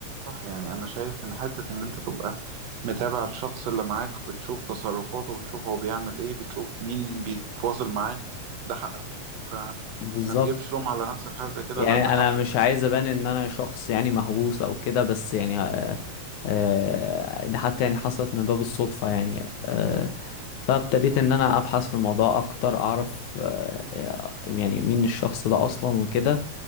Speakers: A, on the right; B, on the left.
A: صح يعني انا شايف ان حتة ان انت تبقى متابع الشخص اللي معاك وبتشوف تصرفاته وبتشوف هو بيعمل ايه بتشوف مين بيتواصل معاه ده حقك فما
B: بالظبط
A: تجيبش لوم على نفسك في حاجة زي كده
B: يعني
A: لا ده حقك
B: انا مش عايز ابان ان انا شخص يعني مهووس او كده بس يعني آه، آه، ده حتى يعني حصلت من باب الصدفة يعني آه، فابتديت ان انا ابحث في الموضوع اكتر اعرف آه، يعني مين الشخص ده اصلا وكده